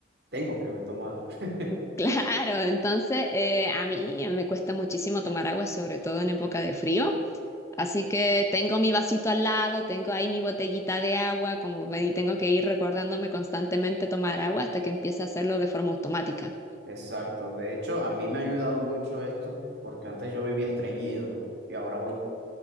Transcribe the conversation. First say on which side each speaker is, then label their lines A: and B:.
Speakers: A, on the right; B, on the left.
A: tengo que tomar. <laughs>
B: <laughs> claro. Entonces, eh, a mí me cuesta muchísimo tomar agua, sobre todo en época de frío. Así que tengo mi vasito al lado, tengo ahí mi botellita de agua, como me y tengo que ir recordándome constantemente tomar agua hasta que empiece a hacerlo de forma automática.
A: Exacto, de hecho, a mí me ha ayudado mucho esto, porque antes yo vivía estreñido, y ahora voy